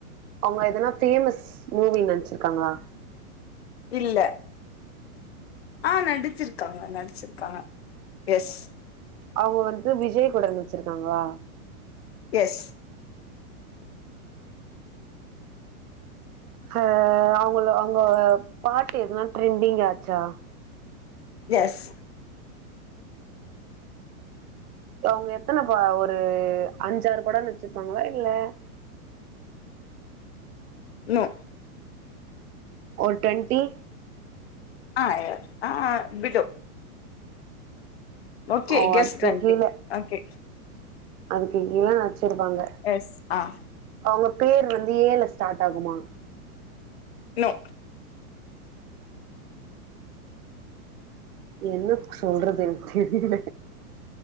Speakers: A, on the right; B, on the left.
A: அவுங்க எதனா ஃபேமஸ் மூவி நடிச்சிருக்காங்களா
B: இல்ல அ நடிச்சிருக்காங்க நடிச்சிருக்காங்க எஸ்
A: அவுங்க வந்து விஜய் கூட நடிச்சிருக்காங்களா
B: எஸ்
A: ஹ அவுங்க அவுங்க பாட்டு எதுனா ட்ரெண்டிங் ஆச்சா
B: எஸ்
A: அவுங்க எத்தன ஒரு அஞ்சாறு படோ நடிச்சிருப்பாங்களா இல்ல <inaudible>
B: நோ
A: ஓர் ட்வன்ட்டி
B: ஆ யா ஆ ஆ பிட்டோ ஓகே
A: ஓ
B: கெஸ்ட்
A: அதுக்கு
B: <unintelligible>
A: கீழ
B: ஓகே
A: அதுக்கு கீழ நச்சரிப்பாங்க
B: எஸ் ஆ
A: அவங்க பேர் வந்து ஏல ஸ்டார்ட் ஆகுமா
B: நோ
A: என்ன சொல்றது எனக் தெரில